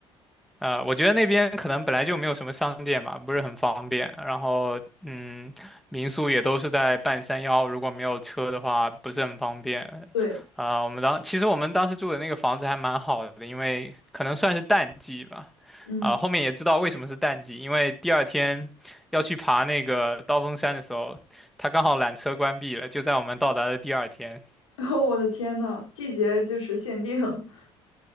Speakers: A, in the centre; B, on the left.
A: 呃，我觉得那边可能本来就没有什么商店吧，不是很方便。然后，嗯，民宿也都是在半山腰，如果没有车的话，不是很方便。
B: 对，
A: 啊、我们当其实我们当时住的那个房子还蛮好的，因为可能算是淡季吧。
B: 嗯，
A: 啊、后面也知道为什么是淡季，因为第二天要去爬那个刀锋山的时候，它刚好缆车关闭了，就在我们到达的第二天。
B: <laughs> 然后我的天呐，季节就是限定。<laughs>